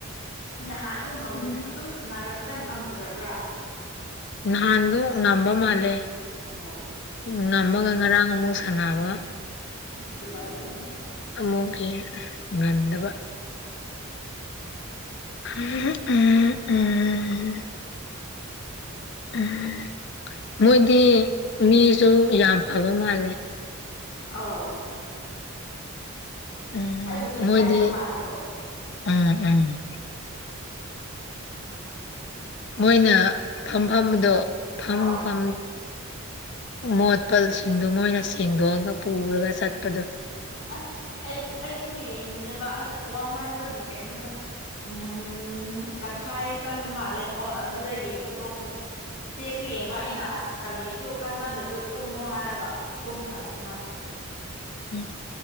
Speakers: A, on the left; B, on the left.
A: ꯅꯍꯥꯟꯁꯨ ꯉꯝ
B: ꯎꯝ
A: ꯑꯗꯨꯝ ꯁꯥꯟꯅꯔꯛꯄꯗ ꯉꯝꯗ꯭ꯔꯕ꯭ꯔꯥ
B: ꯅꯍꯥꯟꯗꯣ ꯉꯝꯕ ꯃꯥꯜꯂꯦ
A: ꯑꯣ ꯑꯁ
B: ꯉꯝꯃꯒ ꯉꯔꯥꯡ ꯑꯃꯨꯛ ꯁꯥꯟꯅꯕ
A: ꯑꯁ ꯂꯣꯏꯔꯦꯍꯦ
B: ꯑꯃꯨꯛꯀꯤ ꯉꯟꯗꯕ ꯎꯝ ꯎꯝ ꯎꯝ ꯃꯣꯏꯗꯤ ꯃꯤꯁꯨ ꯌꯥꯝ ꯐꯕ ꯃꯥꯜꯂꯦ
A: ꯑꯥꯎ
B: ꯎꯝ
A: ꯑꯩꯕꯨꯗꯤ
B: ꯃꯣꯏꯗꯤ
A: ꯏꯀꯥꯏꯗꯕ ꯃꯥꯜꯂꯦꯀꯣ
B: ꯎꯝ ꯎꯝ ꯃꯣꯏꯅ ꯐꯝꯐꯝꯗꯣ ꯐꯝ
A: ꯑꯧ
B: ꯐꯝ ꯃꯣꯠꯄꯁꯤꯡꯗꯨ ꯃꯣꯏꯅ ꯁꯦꯡꯗꯣꯛꯑꯒ ꯄꯨꯔꯒ ꯆꯠꯄꯗꯣ
A: ꯑꯁ ꯑꯩ ꯑꯩꯁꯨ ꯌꯦꯡꯅꯦꯕ ꯑꯁ ꯋꯥꯃꯟꯥꯟꯕꯒꯤ ꯀꯩꯅꯣꯗ ꯎꯝ ꯇꯪꯈꯥꯏ ꯆꯪꯕ ꯃꯥꯜꯂꯦ ꯑꯣ ꯑꯗꯨꯗ ꯌꯦꯡꯕ ꯇꯣꯛꯈ꯭ꯔꯦ ꯏꯆꯦꯁꯨ ꯌꯦꯡꯕ ꯑꯩꯅ ꯑꯁ ꯀꯔꯤꯁꯨ ꯀꯟꯅꯗꯕꯗꯣ ꯇꯨꯝꯃꯣ ꯍꯥꯏꯔꯒ ꯇꯨꯝ ꯈ꯭ꯔꯝꯅꯤ ꯃꯥꯁꯨ
B: ꯎꯝ